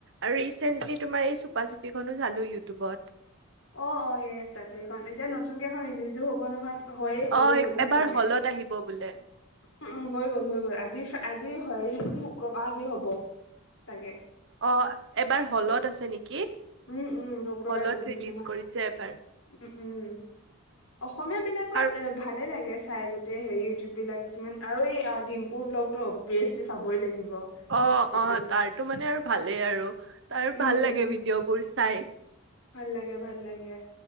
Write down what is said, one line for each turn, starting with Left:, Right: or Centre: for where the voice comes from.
Right: আৰু ৰিচেন্টলি তোমাৰ এই চুপা চুপিখনো চালো ইউটিউবত
Left: অ অ এই তাতেখন এতিয়া নতুনকে এখন ৰিলিজো হব নহয় হয় হয়ে
Right: অ',
Left: হ'লো
Right: এবাৰ
Left: চাগে
Right: হলত আহিব বোলে
Left: উ উ হৈ গ'ল হৈ গল আজি আজি হয়ে নেকি শুক্ৰবাৰ আজি হ'ব চাগে
Right: অ এবাৰ হলত আছে নেকি
Left: উম উম শুক্ৰবাৰে
Right: হলত
Left: নতুন
Right: ৰিলিজ
Left: চিনেমা
Right: কৰিছে এবাৰ
Left: উম উম অসমীয়া বিলাকত
Right: আৰু
Left: এ ভালে লাগে চাই গোটেই হেৰি ইউটিউব বিলাক কিছুমান আৰু এই ডিম্পুৰ ব্লগতটো অবেচলি চাবই লাগিব
Right: অ অ
Left: সেইটো
Right: তাৰতো মানে আৰু ভালেই আৰু তাৰ
Left: উম,
Right: ভাল লাগে
Left: উম।
Right: ভিডিঅ' বোৰ তাই
Left: ভাল লাগে ভাল লাগে